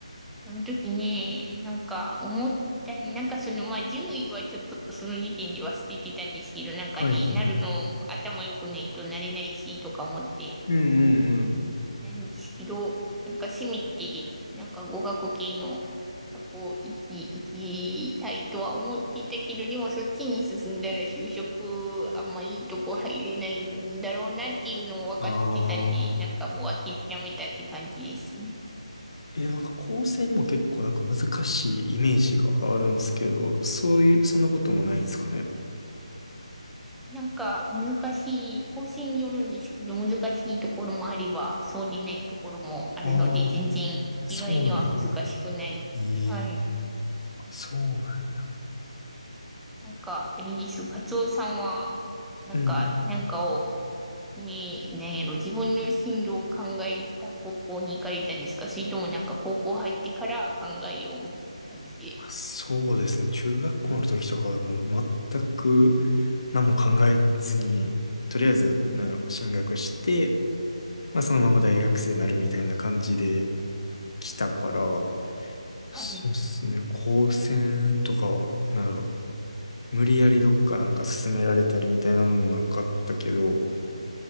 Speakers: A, in the centre; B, on the left.
A: その時ね、なんか思った、なんかそのまあ獣医はちょっとその時点では捨ててたんですけど、なんかね、
B: はいはい。うん
A: なるの頭良くないとなれないしとか思って、
B: うんうん。
A: 何しけなんかせめて、なんか語学系の学校行き、行きたいとは思っていたけど、でもそっちに進んだら就職あんまいいとこ入れないんだろうなっていうのも分かってたんで、
B: ああ。
A: なんかもう諦めたって感じですね。
B: え、なんか高専も結構なんか難しいイメージがあるんですけど、そういう、そんなこともないんですかね。
A: なんか難しい、構成によるんですけど、難しいところもあれば、そうでないところもあるので、
B: ああ、
A: 全然一概には難しくないです。
B: そうなんやね。ええ、
A: はい。
B: そうなんや。
A: なんか、あれです。カツオさんは、なんか、
B: うん
A: なんかを、君、なんやろ、自分の進路を考えた高校に行かれたんですかそれともなんか高校入ってから考えようみたいな感じで。
B: あそうですね。中学校の時とかはもう全く何も考えずに、
A: うん。
B: とりあえず、
A: うん。
B: なんやろ進学して、まあそのまま大学生になるみたいな感じで来たから、そうですね。
A: はい。
B: 高専とかは、なんやろ無理やりどっかなんか勧められたりみたいなのもなかったけど、